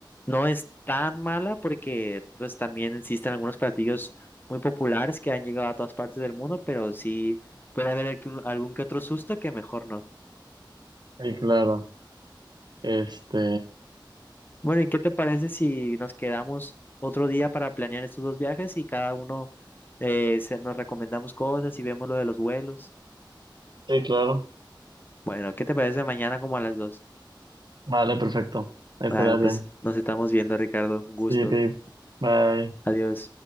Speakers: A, on the left (about 25°); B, on the right (about 60°).
A: no es tan mala porque pues también existen algunos platillos muy populares que han llegado a todas partes del mundo, pero sí puede haber algún algún que otro susto que mejor no.
B: Sí, claro. Este.
A: Bueno, ¿y qué te parece si nos quedamos otro día para planear estos dos viajes y cada uno eh, se, nos recomendamos cosas y vemos lo de los vuelos?
B: Sí, claro.
A: Bueno, ¿qué te parece mañana como a las dos?
B: Vale, perfecto. Estará
A: Vale, pues
B: bien.
A: nos estamos viendo, Ricardo. Un
B: Sí,
A: gusto.
B: babe. Bye.
A: Adiós.